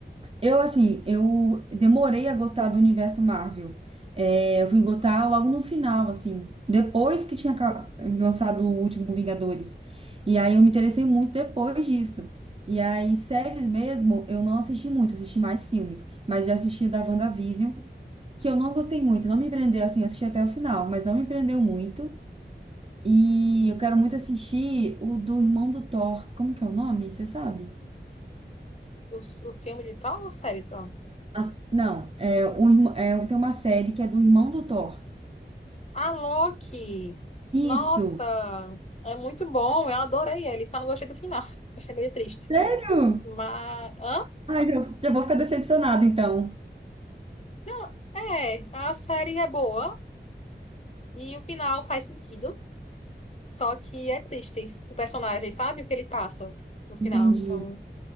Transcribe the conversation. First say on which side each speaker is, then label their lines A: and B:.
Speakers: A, on the right; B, on the left.
A: Eu, assim, eu demorei a gostar do universo Marvel. É, eu fui gostar logo no final, assim, depois que tinha ca- lançado o último Vingadores. E aí eu me interessei muito depois disso. E aí, séries mesmo, eu não assisti muito, assisti mais filmes. Mas já assisti o da WandaVision, que eu não gostei muito, não me prendeu, assim, eu assisti até o final, mas não me prendeu muito. E
B: Hum.
A: eu quero muito assistir o do irmão do Thor. Como que é o nome? Você sabe?
B: O, o filme de Thor ou série Thor?
A: As- Não, é, um, irmão- é, tem uma série que é do irmão do Thor.
B: A Loki! Nossa!
A: Isso!
B: É muito bom, eu adorei ele, só não gostei do final. <laughs> Achei meio triste.
A: Sério?
B: Mas... Hã?
A: Ai, já, já vou ficar decepcionada, então.
B: Não, é, a série é boa e o final faz sentido. Só que é triste o personagem, sabe? O que ele passa no final.
A: Entendi.
B: Então,